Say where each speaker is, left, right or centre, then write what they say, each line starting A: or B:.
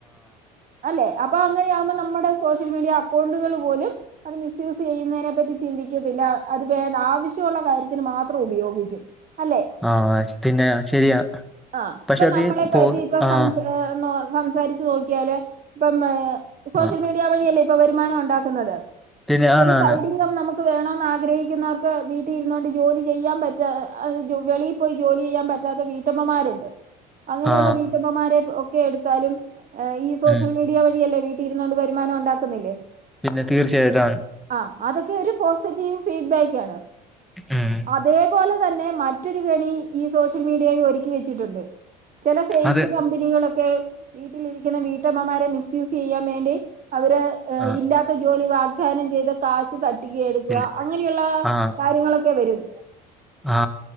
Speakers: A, on the right; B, in the centre.
A: അല്ലെ അപ്പ അങ്ങനെയാമ്പോ നമ്മടെ സോഷ്യ സോഷ്യൽ മീഡിയ അക്കൗണ്ടുകൾ പോലും അത് മിസ്സ്യൂസ് ചെയ്യുന്നതിനെ പറ്റി ചിന്തിക്കത്തില്ല അത് വേ ആവശ്യമുള്ള കാര്യത്തി ന് മാത്രം ഉപയോഗിക്കും അല്ലെ
B: ആ പിന്നെ ശരിയാ
A: ആഹ്
B: പക്ഷെ
A: ഇപ്പൊ
B: അത്
A: നമ്മളെ പ്പ
B: പോ
A: റ്റിസംസാരിച്ചച്ച്
B: ആ
A: നോക്കിയാല് ഇപ്പം സോഷ്യൽ
B: ആ
A: മീഡി യ വഴിയല്ലേ ഇപ്പം വരുമാനം ഉണ്ടാക്കുന്നത്
B: പിന്നെ ആണാണ്
A: ഒരു സൈ ഡിംഗം നമു ക്ക് വേണഗ്രഹിക്കുന്നവർക്ക് വീട്ടിൽരുന്നുക കൊണ്ട് ജോലി ചെയ്യാൻ പറ്റാ വെളിയിൽ പോയി ജോലി ചെയ്യാൻ പറ്റാത്ത വീ ട്ടമ്മമാരുണ്ട് അങ്ങനെയുള്ള
B: ആ
A: വീട്ടമ്മമാരെ ഒക്കെ എടുത്താലും ഈ സോഷ്യൽ
B: ഉം
A: മീഡിയ വഴിയല്ലേ വീ ട്ടിലിരുന്നണ്ട് വരുമാനം ഉണ്ടാക്കുന്നില്ലേ
B: പിന്നെ തീർച്ചയായിട്ടാണ്
A: ആഹ് അതൊക്കെ ഒരു പോസിറ്റീവ് ഫീഡ്ബാക്ക് ആണ്
B: ഉം
A: അതേപോലെ തന്നെ മ മറ്റൊരു കെണി ഈ സോഷ്യൽ മീഡിയായി ഒരുക്കി വെച്ചിട്ടുണ്ട് ചില ഫേക്ക്
B: അത്
A: കമ്പനികളൊക്കെ വീട്ടിലിരിക്കുന്ന വീട്ടമ്മമാരെ മിസ് യൂസ്സ് ചെയ്യാൻ വേണ്ടി അവരെ
B: ആ
A: ഇല്ലാത്ത ജോലി വാഗ് ദാനം ചെയ്ത് കാശ് ത പട്ടിക എടുക്കുക
B: പിന്നെ
A: അങ്ങനെയുള്ള
B: ആ
A: കാര്യങ്ങളൊക്കെ വരും
B: ആ